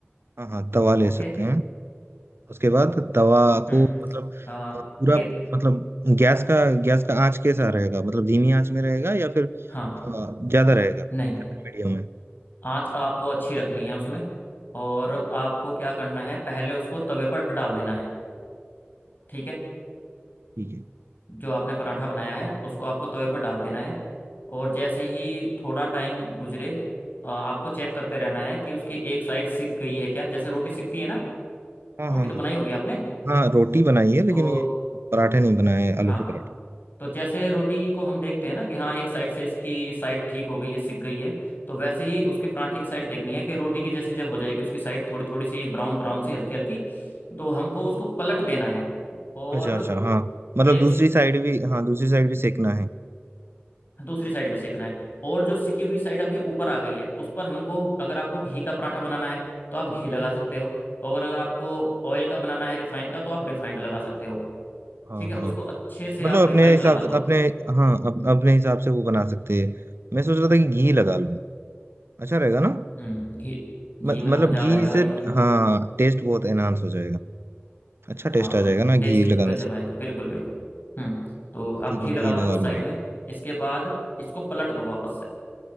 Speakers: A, on the right (about 75°); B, on the left (about 50°).
A: हाँ हाँ तवा ले
B: ओके
A: सकते हैं उसके बाद तवा
B: हम्म
A: को मतलब
B: आ,
A: पूरा
B: गे,
A: मतलब गैस का गैस का आंच कैसा रहेगा मतलब धीमी आंच में रहेगा या फिर अ,
B: हाँ
A: ज्यादा
B: न-
A: रहेगा
B: नहीं
A: मीडियम में
B: आँच आपको अच्छी रखनी है उसमें और आपको क्या करना है पहले उसको तवे पर डाल देना है ठीक है
A: ठीक है
B: जो आपने पराठा बनाया है उसको आपको तवे पर डाल देना है और जैसे ही थोड़ा टाइम गुजरे अ, आपको चेक करते रहना है कि उसकी एक साइड सिक गई है क्या जैसे रोटी सिकती है ना
A: हाँ
B: रोटी
A: हाँ
B: तो बनाई होगी आपने
A: हाँ हाँ रोटी बनाई है लेकिन
B: तो
A: ये पराठे नहीं बनाए हैं, आलू
B: हाँ
A: के पराठे
B: तो जैसे रोटी को हम देखते हैं ना कि हाँ एक साइड से इसकी साइड ठीक हो गई है सिक गई है तो वैसे ही उसके पराठे की साइड देखनी है कि रोटी की जैसी जब हो जाएगी उसकी साइड थोड़ी थोड़ी सी ब्राउन ब्राउन सी हल्की हल्की तो हमको उसको पलट देना है और
A: अच्छा अच्छा हाँ मतलब
B: एक
A: दूसरी साइड भी हाँ दूसरी साइड भी सेकना है
B: दूसरी साइड भी सेकना है और जो सिकी हुई साइड अभी ऊपर आ गई है उस पर हमको अगर आपको घी का पराठा बनाना है तो आप घी लगा सकते हो और अगर आपको ऑयल का बनाना है रिफाइंड का तो आप रिफाइंड लगा सकते हो
A: हाँ
B: ठीक है
A: हाँ
B: उसको अच्छे से
A: मतलब
B: आप रिफाइंड
A: अपने हिसाब
B: लगा
A: से
B: दो
A: अपने हाँ अप, अपने हिसाब से वो बना सकते हैं मैं सोच रहा था कि घी लगा लूँ अच्छा रहेगा ना
B: हम्म घी घी
A: म-
B: में तो
A: मतलब
B: मजा
A: घी
B: आ जाएगा भाई
A: से हाँ टेस्ट बहुत एनहांस हो जाएगा अच्छा टेस्ट
B: हाँ
A: आ जाएगा ना घी
B: टेस्ट
A: लगाने
B: गजब
A: से
B: आएगा बिल्कुल बिल्कुल हम्म तो आप
A: ठीक
B: घी
A: है
B: लगा
A: घी
B: लो
A: लगा
B: उस
A: लूंगा
B: साइड में इसके बाद इसको पलट दो वापस से